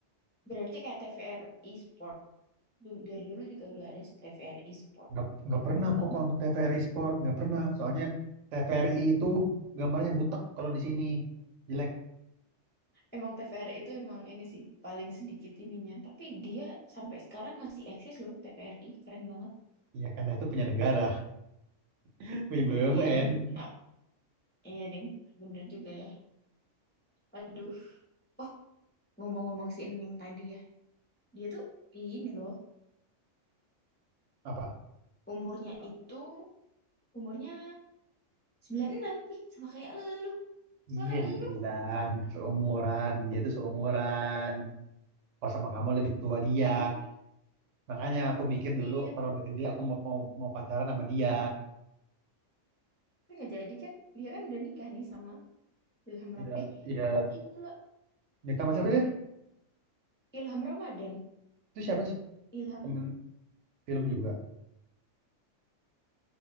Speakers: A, on the left (about 15°); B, on the right (about 70°).
A: Berarti kayak TVRI Sport. Dulu, dari dulu juga udah ada TVRI Sport.
B: nggak nggak pernah aku
A: Tahu
B: kalau
A: nggak?
B: nonton TVRI Sport, nggak pernah. Soalnya TVRI itu gambarnya butek kalau di sini. Jelek.
A: Emang TVRI itu emang ini sih, paling sedikit ininya. Tapi dia sampai sekarang masih eksis loh, TVRI. Keren banget.
B: Ya, karena itu punya negara, <laughs> punya BUMN.
A: Iya, Ding. Ha, Iya, Ding. Bener juga ya. Aduh. Oh, ngomong-ngomong si Ening tadi ya. Dia tuh ini loh,
B: Apa?
A: umurnya itu umurnya 96 ih sama kayak elu.
B: Iya,
A: Sama kayak
B: dibilang
A: elu.
B: seumuran, dia tuh seumuran. Kalau sama kamu lebih tua dia.
A: Iya nih,
B: Makanya aku mikir
A: iya.
B: dulu kalau udah gede aku mau mau, mau pacaran sama dia.
A: Tapi nggak jadi kan? Dia kan udah nikah nih sama Ilham
B: Ya,
A: Ram. Eh,
B: ya
A: gila.
B: nikah sama siapa sih?
A: Ilham Ramadan.
B: Itu siapa sih?
A: Ilham
B: Temen film juga.